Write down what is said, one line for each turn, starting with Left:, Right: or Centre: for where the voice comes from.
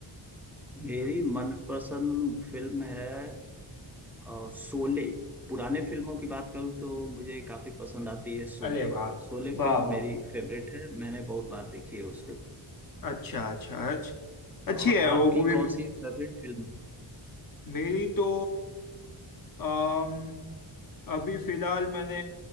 Centre: मेरी मनपसंद फिल्म है अ, शोले पुराने फिल्मों की बात करूँ तो मुझे काफी पसंद आती है शोले
Left: अरे वाह
Centre: शोले
Left: वाह
Centre: फिल्म
Left: वाह
Centre: मेरी फेवरेट है मैंने बहुत बार देखी है उसको
Left: अच्छा अच्छा अच्छा अच्छी
Centre: और
Left: है वो
Centre: आपकी
Left: मूवी
Centre: कौन सी फेवरेट फिल्म है
Left: मेरी तो अम, अभी फिलहाल मैंने